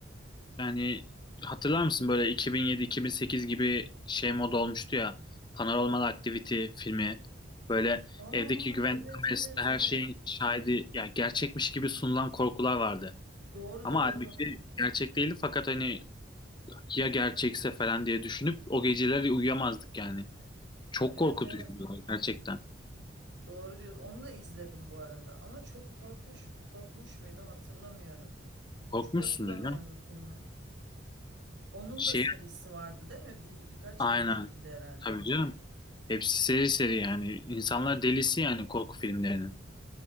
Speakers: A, on the left (about 25°); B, on the right (about 70°).
A: yani hatırlar mısın böyle 2007-2008 gibi şey moda olmuştu ya Paranormal Activity filmi böyle
B: Aa
A: evdeki güvenlik
B: evet
A: kamerasında
B: evet evet.
A: her şeyin şahidi yani gerçekmiş gibi sunulan korkular vardı.
B: Doğru
A: Ama
B: doğru.
A: halbuki gerçek değildi fakat hani ya gerçekse falan diye düşünüp o geceleri uyuyamazdık yani. Çok
B: Evet
A: korkutucuydu
B: evet.
A: gerçekten.
B: Doğru diyorsun. Onu da izledim bu arada. Ama çok korkmuş korkmuş muydu hatırlamıyorum.
A: Korkmuşsundur
B: Çok hatırlamıyorum
A: canım.
B: o filmi. Onun
A: Şey
B: da serisi vardı değil mi? Bir, birkaç
A: aynen.
B: kere çekildi herhalde.
A: Tabii canım. Hepsi seri seri yani. İnsanlar delisi yani korku filmlerinin.